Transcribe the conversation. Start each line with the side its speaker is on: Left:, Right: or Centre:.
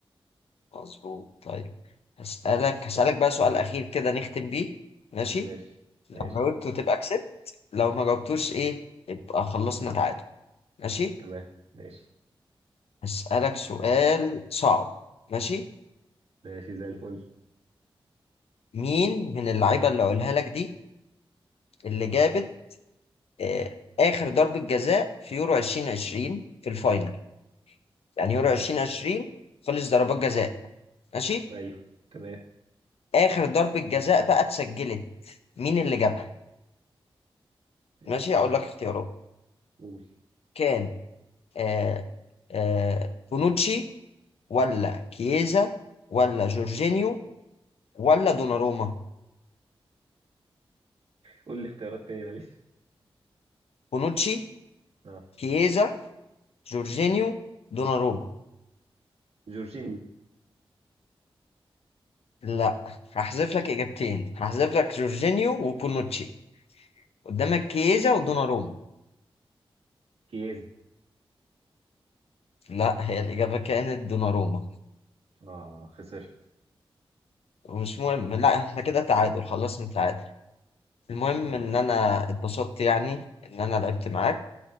Left: مظبوط طيب هسألك هسألك بقى سؤال أخير كده نختم بيه ماشي
Right: ماشي
Left: لو
Right: ماشي
Left: جاوبته تبقى كسبت لو ما جاوبتوش إيه يبقى خلصنا تعادل ماشي
Right: تمام ماشي
Left: هسألك سؤال صعب ماشي
Right: ماشي زي الفل
Left: مين من اللعيبة اللي أقولها لك دي اللي جابت آه آخر ضربة جزاء في يورو 2020 في الفاينل يعني يورو
Right: اه
Left: 2020 خلص ضربات جزاء ماشي
Right: أيوه تمام
Left: آخر ضربة جزاء بقى اتسجلت مين اللي جابها
Right: حلو
Left: ماشي أقول لك اختيارات
Right: قول
Left: كان آه آه بونوتشي ولا كييزا ولا جورجينيو ولا دوناروما
Right: قول لي اختيارات تاني معلش
Left: بونوتشي
Right: اه
Left: كييزا جورجينيو دوناروما
Right: جورجينيو
Left: لا هحذف لك اجابتين هحذف لك جورجينيو وبونوتشي قدامك كييزا ودوناروما
Right: كيازا
Left: لا هي الاجابه كانت دوناروما
Right: اه خسرت
Left: مش مهم لا احنا كده تعادل خلصنا تعادل المهم
Right: خلاص
Left: ان انا اتبسطت يعني ان انا لعبت معاك